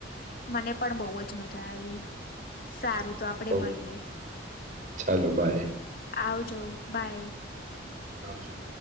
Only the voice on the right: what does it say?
ઓકે,
ચાલો બાય
આવજો.